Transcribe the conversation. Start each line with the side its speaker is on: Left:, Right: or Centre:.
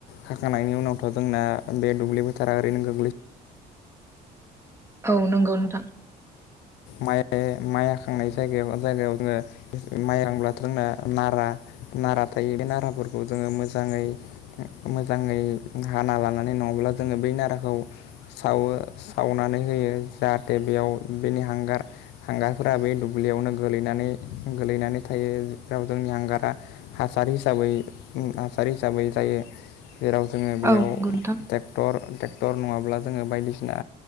Left: हाखांनायनि उनावथ' जोंना बे दुब्लि बोथोरा ओरैनो गोग्लै
Right: औ नोंगौ नोंथां
Left: माइ माइ हाखांनाय जायगायाव जायगायाव जोङो माइ रांब्लाथ' जोंना नारा नारा थायो बे नाराफोरखौ जोङो मोजाङै मोजाङै हाना लानानै नङाब ब्ला जोंङो बे नाराखौ सावो सावनानै होयो जाहाथे बेयाव बेनि हां गार हांगारफोरा बे दुब्लियावनो गोलैनानै -गोलैनानै थायो जेराव जोंनि हांगारा हासार, हिसाबै ओम नारजारि हिसाबै जायो। जेराव जोङो बेयाव
Right: औ नंगौ नोंथां
Left: ट्रेक्टर ट्रेक्टर नङाब्ला जोङो बायदिसिना